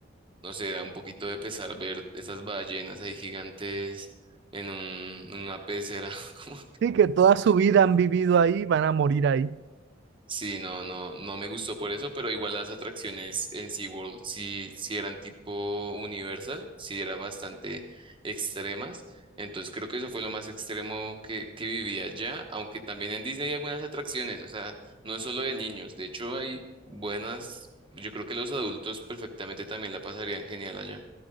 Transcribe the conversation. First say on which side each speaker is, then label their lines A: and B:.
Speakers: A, on the right; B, on the right.
A: no sé, da un poquito de pesar ver esas ballenas ahí gigantes en un, en una pecera. <laughs> como-
B: Sí, que toda su vida han vivido ahí, van a morir ahí.
A: Sí, no, no, no me gustó por eso, pero igual las atracciones en SeaWorld sí, sí eran tipo Universal, sí eran bastante extremas. Entonces creo que eso fue lo más extremo que, que viví allá, aunque también en Disney hay buenas atracciones, o sea, no es solo de niños, de hecho hay buenas, yo creo que los adultos perfectamente también la pasarían genial allá.